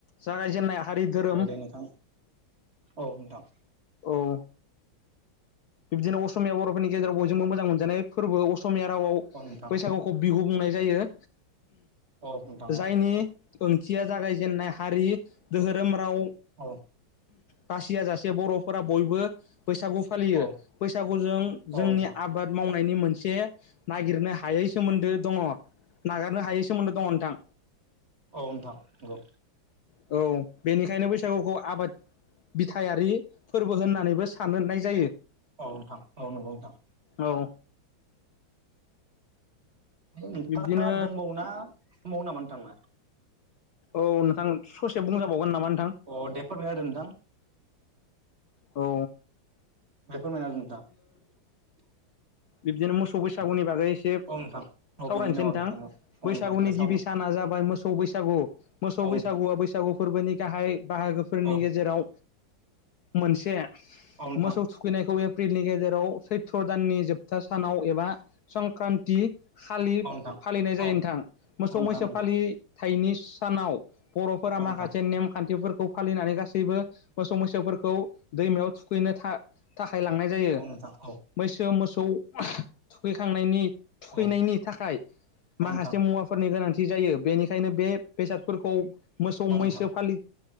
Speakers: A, on the left; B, on the right.
A: जागायजेननाय। हारि धोरोम
B: औ दे नोंथां औ नोंथां।
A: औ बिब्दिनो असमिया बर'फोरनि गेजेराव बयजोंबो मोजां मोनजानाय फोरबो असमिया रावाव
B: औ नोंथां
A: बैसागुखौ बिहु बुंनाय जायो
B: औ नोंथां औ
A: जायनि ओंथिया जागायजेननाय हारि धोरोम राव
B: औ।
A: बासिया जासे बर'फोरा बयबो बैसागु फालियो।
B: औ
A: फैसागु जों
B: औ
A: जोंनि
B: नोंथां
A: आबाद मावनाय नायनि मोनसे नागिरनो हायै सोमोन्दो दङ। नागारनो हायै सोमोन्दो दङ नोंथां।
B: औ नोंथां नंगौ
A: औ बेनिखायनो बैस सागुखौ आबाद बिथायारि फोरबो होननानैबो साननाय जायो।
B: औ नोंथां औ नंगौ नोंथां।
A: औ
B: नोंथाङा
A: बिब्दिनो
B: दंबावोना दंबावो नामा नोंथांना?
A: औ नोंथां ससे बुंजाबावगोन नामा? नोंथां
B: अ दे फोरमायना होदो नोंथां।
A: औ।
B: <inaudible> फोरमायना होदो नोंथां।
A: बिबदिनो मोसौ बैसागुनि बागै एसे
B: अ नोंथां। औ
A: सावरायनोसै
B: बेनिनो
A: नोंथां
B: औ औ नोंथां
A: बैसागुनि
B: बे
A: गिबि
B: सावनो
A: साना जाबाय मोसौ बैसागु मोसौ
B: औ
A: बैसागुआ
B: नोंथां
A: बैसागु फोरबोनि गाहाय बाहागोफोरनि
B: औ
A: गेजेराव मोनसे
B: नोंथां
A: मोसौ थुखैनायखौ एप्रिलनि गेजेराव सैथ्र' दाननि जोब था सानाव एबा संक्रान्ति खालि
B: औ नोंथां
A: फालिनाय जायो
B: औ
A: नोंथां। मोसौ
B: नोंथां
A: मैसो
B: नंगौ
A: फालिथायाइनि सानाव बर'फोरा
B: औ
A: माखासे
B: नोंथां
A: नेमखान्थिफोर खौ फालिनानै गासैबो मोसौ मैसोफोरखौ दैमायाव थुखैनो था था खाय लांनाय जायो
B: औ नोंथां औ
A: मैसो मोसौ थुखैखांनायनि थुखैनायनि
B: औ
A: थाखाय माखासे
B: औ नोंथां
A: मुवाफोरनि गोनांथि जायो। बेनिखायनो बे बेसादफोरखौ मोसौ
B: औ
A: मैसो
B: नोंथां
A: फालि